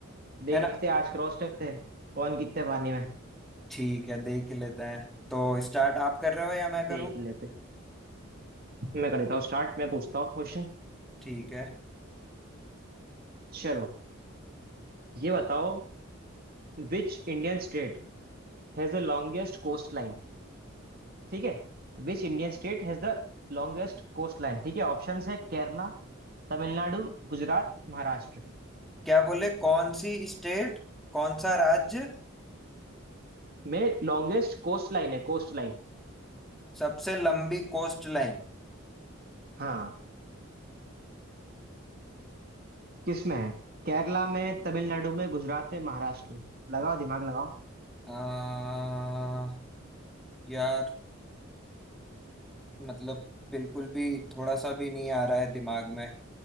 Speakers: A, on the right (about 45°); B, in the centre.
A: देखते
B: है ना
A: हैं आज क्रॉस करते हैं कौन कितने पानी में
B: ठीक है देख ही लेते हैं तो स्टार्ट आप कर रहे हो या मैं करूँ
A: देख ही लेते हैं। मैं कर देता हूँ स्टार्ट मैं पूछता हूँ क्वेश्चन
B: ठीक है
A: चलो ये बताओ which Indian state has the longest coast line ठीक है Which Indian state has the longest coast line ठीक है ऑप्शंस है केरला तमिलनाडु गुजरात महाराष्ट्र
B: क्या बोले कौन सी स्टेट कौन सा राज्य
A: में लॉन्गेस्ट कोस्ट लाइन है कोस्ट लाइन
B: सबसे लंबी कोस्ट लाइन
A: हाँ किस में है केरला में तमिलनाडु में गुजरात में महाराष्ट्र में लगाओ दिमाग लगाओ
B: आ, यार मतलब बिल्कुल भी थोड़ा सा भी नहीं आ रहा है दिमाग में